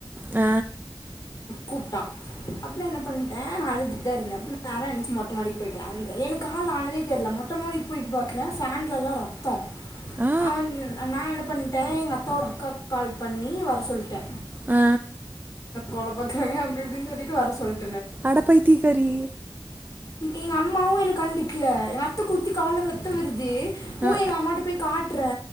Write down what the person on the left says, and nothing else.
கூப்டா அப்றோ என்ன பண்ட்டே நாலுது இங்தா இருந்தே நேரா என்ச்சி மொட்டமாடிக்கு போயிட்டே அந்த எனக்கு கால்ல ஆனதே தெரில மொட்ட மாடிக்கு போயிட்டு பாக்கேறே ஃபேன்ட்ல லா ரத்தோ
அவன்து நா என்ன பண் டெ எங்க அப்பாவோட அக்காக் கால் பண்ணி வர சொல்ட்டே
கொழப்பக்கறங்க அப்டிப்பிடின் சொல்ட்
எங்க அம்மாவு என்ன கண்டுக்கல ரத்த குத்தி கால்ல ரத்த வருது பூ
எங்க அம்மாட்ட போய் காட்டுறே